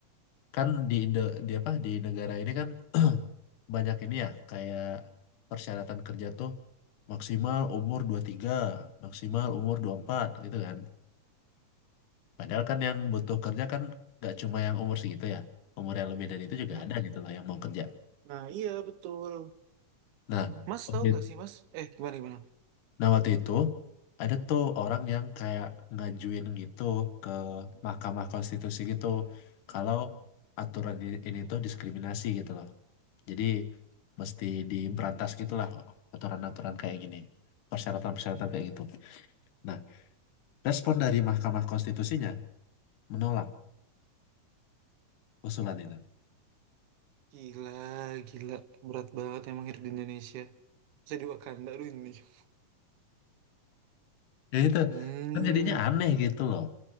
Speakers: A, on the left; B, on the right.
A: kan di Indo di apa di negara ini kan <clears throat> banyak ini ya kayak persyaratan kerja tuh maksimal umur 23 maksimal umur 24 gitu kan. Padahal kan yang butuh kerja kan gak cuma yang umur segitu ya. Umur yang lebih dari itu juga
B: Iya.
A: ada gitu loh yang mau kerja.
B: Nah, iya, betul.
A: Nah,
B: Mas,
A: waktu
B: tahu nggak
A: itu,
B: sih, Mas? Eh, gimana, gimana?
A: nah waktu itu ada tuh orang yang kayak ngajuin gitu ke Mahkamah Konstitusi gitu kalau aturan ini, ini tuh diskriminasi gitu loh. Jadi mesti diberantas gitulah aturan-aturan kayak gini, persyaratan-persyaratan kayak gitu. Nah, respon dari Mahkamah Konstitusinya menolak usulan itu.
B: Gila, gila. Berat banget emang hidup di Indonesia. Saya di Wakanda, aduh Indonesia.
A: Ya itu
B: Hmm,
A: kan jadinya aneh gitu loh.